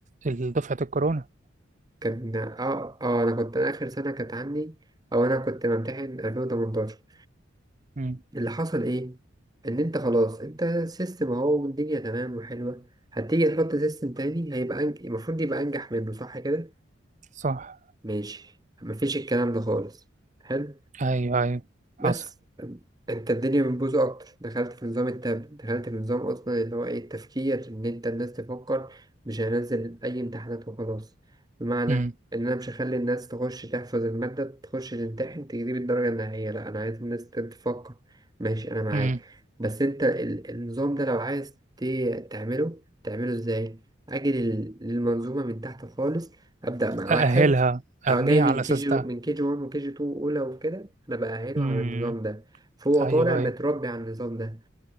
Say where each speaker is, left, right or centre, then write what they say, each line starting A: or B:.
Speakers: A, on the right (about 40°); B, on the right (about 20°).
A: دفعة الكورونا
B: كان اه اه انا كنت اخر سنة كانت عندي او انا كنت بمتحن 2018
A: مم.
B: اللي حصل ايه ان انت خلاص انت سيستم اهو والدنيا تمام وحلوة هتيجي تحط سيستم تاني هيبقى أنج... المفروض يبقى انجح منه صح كده
A: صح
B: ماشي مفيش الكلام ده خالص حلو
A: أيوه أيوه حصل
B: بس انت الدنيا بتبوظ اكتر دخلت في نظام التاب دخلت في نظام اصلا اللي هو ايه التفكير ان انت الناس تفكر مش هنزل اي امتحانات وخلاص بمعنى
A: مم.
B: ان انا مش هخلي الناس تخش تحفظ المادة تخش تمتحن تجيب الدرجة النهائية لا انا عايز الناس تفكر ماشي انا معاك
A: مم.
B: بس انت ال- النظام ده لو عايز ت- تعمله تعمله ازاي اجي لل- للمنظومة من تحت خالص ابدأ مع واحد
A: أأهلها أبنيها
B: أو جاي من
A: على الأساس
B: كي جي
A: ده
B: من كي جي 1 وكي جي 2 اولى وكده انا بأهله
A: مم.
B: على النظام ده فهو
A: أيوه
B: طالع متربي
A: أيوه
B: على النظام ده